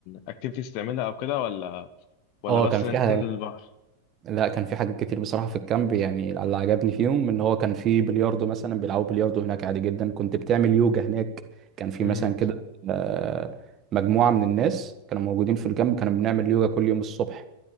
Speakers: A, on the left (about 45°); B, on the right (about 30°).
A: اكتيفيتيز تعملها او كده ولا ولا
B: اه
A: بس
B: كان في
A: ان انت
B: ح-
A: تنزل البحر
B: لا كان في حاجات كتير بصراحة في الكامب يعني اللي عجبني فيهم إن هو كان في بلياردو مثلا بيلعبوا بلياردو هناك عادي جدا كنت بتعمل يوجا هناك كان في
A: امم
B: مثلا كده آه، مجموعة من الناس كانوا موجودين في الكامب كانوا بنعمل يوجا كل يوم الصبح